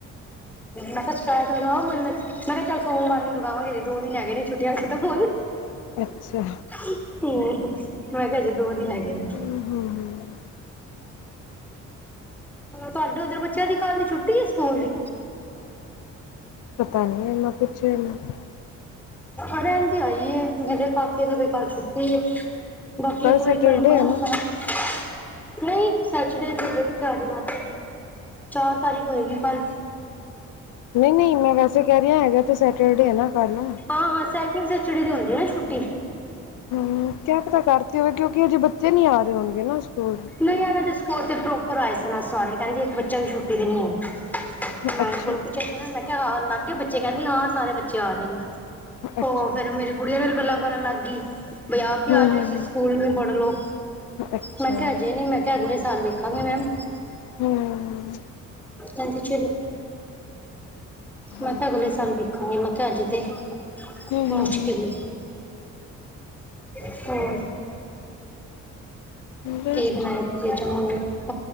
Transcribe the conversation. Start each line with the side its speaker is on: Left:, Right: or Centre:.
Centre: ਮੈਂ ਸੱਚਾਇਆ ਚ ਲਗਾ ਮੰਨ ਤੇ ਮੈਂ ਕਿਹਾ ਚੱਲ ਸੋਮਵਾਰ ਨੂੰ ਲਗਾਵਾਂਗੇ। <unintelligible> ਦੋ ਦਿਨ ਹੈਗੇ ਨੇ ਛੁੱਟੀਆਂ ਖਤਮ ਹੋਨ
Left: ਅੱਛਾ
Centre: ਹੁ। ਮੈਂ ਕਿਹਾ ਅਜੇ ਦੋ ਦਿਨ ਹੈਗੇ ਨੇ।
Left: ਹਮ ਹਮ ਹਮ
Centre: ਤੁਹਾਡੇ ਉਧਰ ਬੱਚਿਆਂ ਦੀ ਕੱਲ੍ਹ ਦੀ ਛੁੱਟੀ ਏ ਸਕੂਲ ਦੀ।
Left: ਪਤਾ ਨੀ ਇਹ ਮ ਪੁੱਛੇਨੀ। <unintelligible>
Centre: ਅਰੇ ਆਂਦੀ ਆਈ ਮਧਰ ਪਾਕੇ ਦੀ ਬੇਕੱਲ ਛੁੱਟੀ ਏ। <unintelligible> ਬਾਕੀ
Left: ਕੱਲ
Centre: ਅ ਕੁਰੀ
Left: ਸੈਟਰਡੇ
Centre: ਕੋ ਨਕਰ। <unintelligible>
Left: ਹੈ ਨਾ
Centre: ਨਹੀਂ ਸੱਚ ਨੇ ਜਾ ਕਿ ਤਾਜ਼ੀ ਮਾਤਾ ਜੀ। <unintelligible> ਚਾਰ ਤਾਰੀਖ ਹੋਏਗੀ ਕੱਲ।
Left: ਨਹੀਂ ਨਹੀਂ ਮੈਂ ਵੈਸੇ ਕਹਿ ਰਹੀ ਹੈਗਾ ਤੇ ਸੈਟਰਡੇ ਹੈ ਨਾ ਕੱਲ੍ਹ।
Centre: ਹਾਂ ਹਾਂ ਸੈਕਿੰਡ ਸੈਚਰਡੇ ਦੀ ਹੁੰਦੀ ਹੈ ਨਾ ਛੁੱਟੀ।
Left: ਹੁ ਕਿਆ ਪਤਾ ਕਰ ਤੀ ਹੋਵੇ ਕਿਉਂਕਿ ਅਜੇ ਬੱਚੇ ਨੀ ਆ ਰਹੇ ਹੋਨਗੇ ਨਾ ਸਕੂਲ।
Centre: ਨਹੀਂ ਇਹਨਾਂ ਦੇ ਸਕੂਲ ਤੇ ਪ੍ਰੋਪਰ ਆਏ ਸਨ ਅੱਜ ਸਾਰੇ ਕਹਿੰਦੀ ਇੱਕ ਬੱਚਾ ਵੀ ਛੁੱਟੀ ਤੇ ਨੀ ਹੈਗਾ। ਮੈਡਮ
Left: ਅੱਛਾ
Centre: ਕੋਲੋਂ ਪੁੱਛਿਆ ਸੀ ਮੈਂ ਕਿਹਾ ਆਨ ਲੱਗ ਗਏ ਬੱਚੇ ਕਹਿੰਦੀ ਹਾਂ ਸਾਰੇ ਬੱਚੇ ਆ ਰਹੇ ਨੇ।
Left: ਅੱਛਾ
Centre: ਹੋ ਫੇਰ ਮੇਰੀ ਗੁੜੀਆਂ ਨਾਲ ਗੱਲਾਂ ਕਰਨ ਲੱਗ ਗਈ ਬਈ ਆਪ ਭੀ
Left: ਹਮ
Centre: ਆ ਜਾੳ
Left: ਹਮ
Centre: ਇਸੀ ਸਕੂਲ
Left: ਹਮ
Centre: ਮੇ ਪੜ੍ਹ ਲੋ।
Left: ਅੱਛਾ
Centre: ਮੈਂ ਕਿਹਾ ਅਜੇ ਨੀ ਮੈਂ ਕਿਹਾ ਅਗਲੇ ਸਾਲ ਵੇਖਾਂਗੇ ਮੈਮ।
Left: ਹਮ
Centre: ਹਾਂਜੀ ਚਲੋ
Left: ਹਾਂਜੀ
Centre: ਮੈ ਕਿਹਾ ਅਗਲੇ ਸਾਲ ਵੇ ਨਹੀਂ ਮੈਂ ਕਿਹਾ ਅੱਜੇ ਤੇ
Left: ਹਮ
Centre: ਮੁਸ਼ਕਿਲ ਏ। ਹਮ। <unintelligible>
Left: ਬਸ
Centre: ਕੀ ਬਣਾਏ ਤੁਸੀਂ ਚਮਗੇ? <unintelligible>